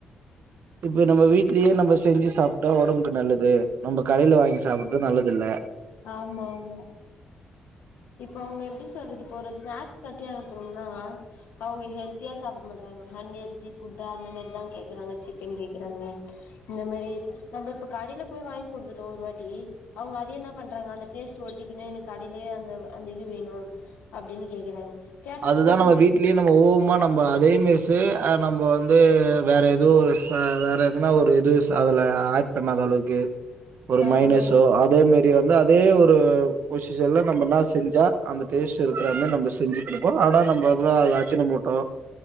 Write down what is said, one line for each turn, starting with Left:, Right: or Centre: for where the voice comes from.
Right: இப்ப நம்ம வீட்லயே நம்ம செஞ்சி சாப்ட்டா ஒடம்புக்கு நல்லது நம்ம கடேல வாங்கி சாப்ட்றது நல்லது இல்ல
Left: ஆமா ஆமா இப்போ அவங்கள எப்டி சொல்றது இப்போ ஒரு ஸ்னாக்ஸ் கட்டி அனுப்புறோம்னா அவங்க ஹெல்தியா சாப்பிட மாட்றாங்க அன் ஹெல்த்தி ஃபுட்டா அந்த மாரி தா கேக்குறாங்க சிக்கன் கேக்குறாங்க இந்த மாரி நம்ம இப்போ கடையில போய் வாங்கி குடுத்துட்டோ ஒரு வாட்டி அவங்க அது என்ன பண்றாங்க அந்த டேஸ்ட்டு ஒட்டிக்கின்னு கடைலயே அந்த அந்த இது வேணும் அப்டின்னு கேக்குறாங்க கேட்டோனே
Right: அது தா நம்ம
Left: என்ன
Right: வீட்டிலயே நம்ம ஓமா நம்ம அதேமேசு நம்ம வந்து வேற எதுவு வேற எதுனா ஒரு இது அதுல ஆட் பண்ணாத அளவுக்கு ஒரு
Left: ஆமா
Right: மயனி ஷோ அதே மாரி நீங்க வந்து அதே ஒரு பொசிஷன்ல நம்மன்னா செஞ்சா அந்த டேஸ்ட் இருக்கிறா மாரி நம்ம செஞ்சு குடுப்போ ஆனா நம்ம அதுல அஜுன மோட்டோ